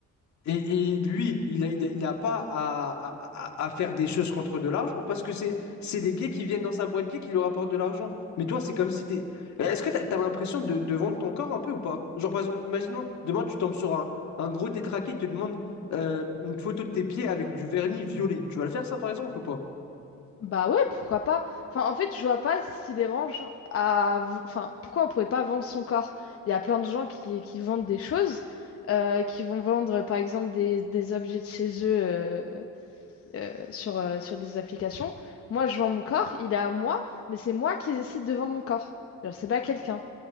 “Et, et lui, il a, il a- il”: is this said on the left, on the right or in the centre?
Left